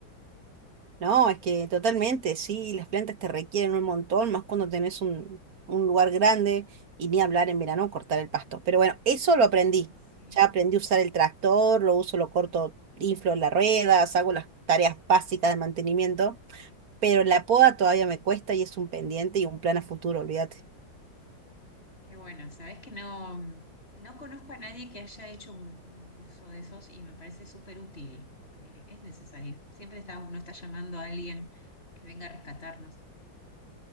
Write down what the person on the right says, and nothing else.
No, es que totalmente, sí, las plantas te requieren un montón, más cuando tenés un, un lugar grande y ni hablar en verano cortar el pasto. Pero bueno, eso lo aprendí.
Ya aprendí a usar el tractor, lo uso, lo corto, inflo las ruedas, hago las tareas básicas de mantenimiento, pero la poda todavía me cuesta y es un pendiente y un plan a futuro, olvídate.